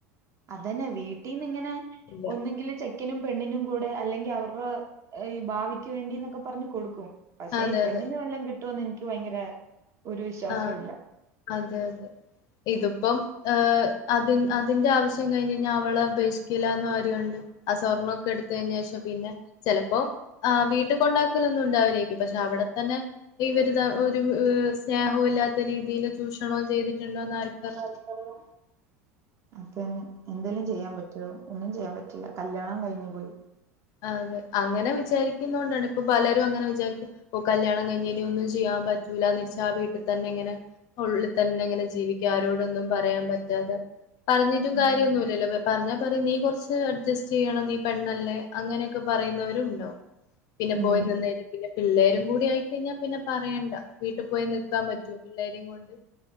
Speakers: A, on the right; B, on the left.
A: അതന്നെ വീട്ടീന്ന്ങ്ങനെ
B: ഇല്ല.
A: ഒന്നങ്കില് ചെ ക്കനും പെണ്ണിനും കൂടെ അല്ലെങ്കി അവരുടെ ഈ ഭാവിക്ക് വേണ്ടിന്നൊക്കെ പറഞ്ഞ് കൊടുക്കും പക്ഷെ
B: അതെ
A: ഈ പെണ്ണിനും
B: അതെ.
A: വല്ലം കിട്ടോന്ന് എനിക്ക് ഭയങ്കര ഒര് വിശ്വാസവില്ല
B: ആ അതെ അതെ. ഇതിപ്പം ഏഹ് അത് അതിന്റെ ആവിശ്യം കഴിഞ്ഞ് കഴിഞ്ഞാ അവളെ ഉപേക്ഷിക്കില്ലാന്ന് ആര് കണ്ട് ആ സ്വർണൊക്കെ എടുത്ത് കഴിഞ്ഞ ശേഷം പിന്നെ ചെലപ്പോ ആഹ് വീട്ടിൽ കൊണ്ടാക്കലൊന്നും ഇണ്ടാവുല്ലേക്കും പക്ഷെ അവടെത്തന്നെ ഇവര്താ ഒര് സ് സ്നേഹവല്ലാത്ത രീതിയില് ചൂഷണവും ചെയ്തിട്ടുണ്ടോന്ന് ആര്
A: ആർക്കറിയാം പിന്നെ എന്തേലും ചെയ്യാൻ പറ്റോ ഒന്നും ചെയ്യാൻ പറ്റില്ല കല്യാണം കഴിഞ്ഞു പോയി
B: ആഹ് അതെ അങ്ങനെ വിചാരിക്കുന്നോണ്ടാണ് ഇപ്പ പലരും അങ്ങനെ വിചാരിക്കും ഇപ്പോ കല്യാണം കഴിഞ്ഞ് ഇനി ഒന്നും ചെയ്യാൻ പറ്റൂലാന്ന് വിചാരിച്ച് ആ വീട്ടിൽ തന്നെ ഇങ്ങനെ ഉള്ള് തന്നെ ഇങ്ങനെ ജീവി ക്കും ആരോടൊന്നും പറയാൻ പറ്റാതെ പറഞ്ഞിട്ടും
A: ഉം
B: കാര്യമൊന്നുമില്ലല്ലോ വെ പറഞ്ഞാ പറയും നീ കൊറച്ച് അഡ്ജസ്റ്റെയ്യണം നീ പെണ്ണല്ലേ അങ്ങനെയൊക്കെ പറയുന്നവരും ഇണ്ടാവും പിന്നെ
A: ഉം
B: പോയി നിന്നേര് പിന്നെ പിള്ളേരും കൂടി ആയികഴിഞ്ഞാ പിന്നെ പറയേണ്ട വീട്ട് പോയി നിക്കാൻ പറ്റോ പിള്ളേരെയും കൊണ്ട്